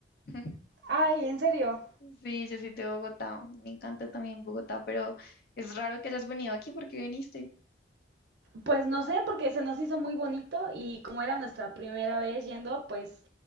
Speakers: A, on the left (about 55°); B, on the right (about 65°).
A: <laughs>
B: Ay, en serio.
A: Sí, yo soy de Bogotá. Me encanta también Bogotá, pero es raro que hayas venido aquí porque viniste.
B: Pues no sé, porque se nos hizo muy bonito y como era nuestra primera vez yendo, pues